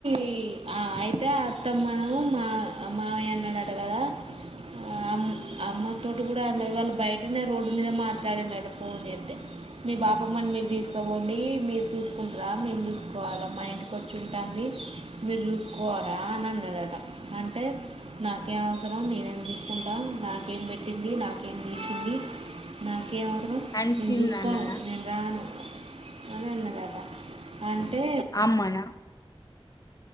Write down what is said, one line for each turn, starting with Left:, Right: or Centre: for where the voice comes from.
Right: ఈ ఆ అయితే అత్తమ్మ ను మా మామయ్య అన్నడట కదా అమ్ అమ్మతోటి కూడా అన్న వాళ్ళు బయటనే రోడ్డు మీద మాట్లాడినట ఫోన్ చేతే మీ బాపమ్మని మీరు తీసుకుపోండి మీరు చూసుకుంటారా మేము చూసుకోవాలా మా ఇంటికి వచ్చి ఉంటాంది మీరు చూసుకోవరాా అని అన్నాడట అంటే నాకేం అవసరం నేను ఎందు చుస్ కుండా మ్యా నాకేం పెట్టింది నాకేం చేసింది నాకు క ఏ అవసరం
Left: అన్సిన్
Right: నేను చూసుకోను
Left: అన్ననా
Right: నేను రాను అని అన్నదాట అంటే
Left: అమ్మనా